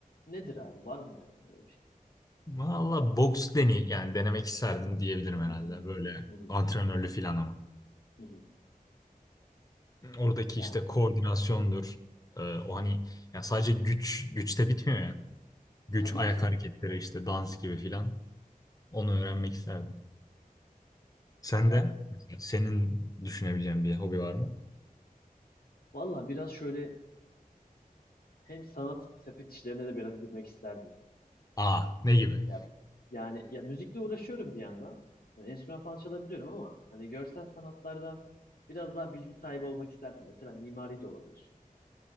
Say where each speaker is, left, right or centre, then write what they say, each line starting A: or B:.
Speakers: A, on the left (about 75°); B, on the left (about 25°).
A: Nedir abi? Var mı yani böyle bir şey?
B: Valla boks deney yani denemek isterdim diyebilirim herhalde
A: Hı hı.
B: böyle
A: Hı hı.
B: antrenörlü filan ama.
A: Hı hı.
B: Oradaki
A: Yani
B: işte koordinasyondur. E, o hani yani sadece güç güçte bitmiyor ya. Güç,
A: tabii
B: ayak
A: ki.
B: hareketleri işte dans gibi filan. Onu öğrenmek isterdim. Sen
A: Ya
B: de senin düşünebileceğin bir hobi var mı?
A: valla biraz şöyle hem sanat sepet işlerine de biraz girmek isterdim.
B: Aa, ne gibi?
A: Ya yani ya müzikle uğraşıyorum bir yandan. Yani enstrüman falan çalabiliyorum ama hani görsel sanatlarda biraz daha bilgi sahibi olmak isterdim. Mesela mimari de olabilir.